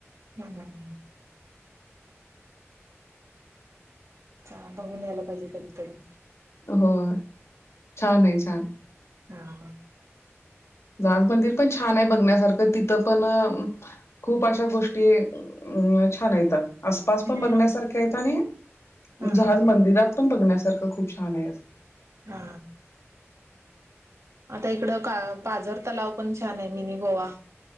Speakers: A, on the right; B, on the left.
A: हं हम्म हा बघून यायला पाहिजे कधीतरी
B: होय, छान ये छान.
A: हा.
B: जहाज मंदिर पण छान आहे, बघण्यासारखं तिथं पण अ खूप अशा गोष्टीये अ छान हायत. आसपास
A: हा
B: पण बघण्यासारखे आहेत आणि
A: हा
B: जहाज
A: हा
B: मंदिरात पण बघण्यासारखं खूप छान आहे अस.
A: हा. आता इकड का पाझर तलाव पण छान आहे, मिनी गोवा.